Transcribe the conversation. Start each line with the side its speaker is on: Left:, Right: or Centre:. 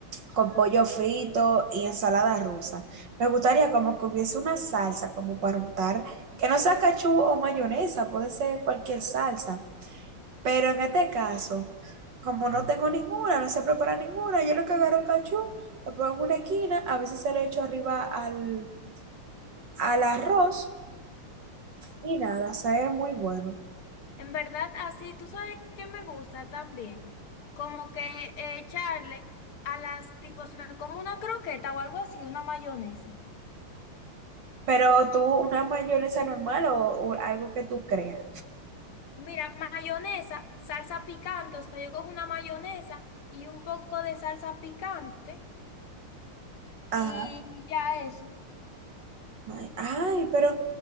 Right: con pollo frito y ensalada rusa. Me gustaría como que hubiese una salsa como para untar, que no sea cachú o mayonesa, puede ser cualquier salsa. Pero en este caso, como no tengo ninguna, no sé preparar ninguna, yo lo que agarro el cachú, lo pongo en una esquina, a veces se lo echo arriba al al arroz y nada, sabe muy bueno.
Left: En verdad, así, tú sabes que me gusta también. Como que eh, echarle a las, tipo, si me como una croqueta o algo así, una mayonesa.
Right: Pero tú, una mayonesa normal o, o algo que tú creas.
Left: Mira, mayonesa, salsa picante, o sea, yo cojo una mayonesa y un poco de salsa picante
Right: Ajá.
Left: y ya eso.
Right: Ay, ay, pero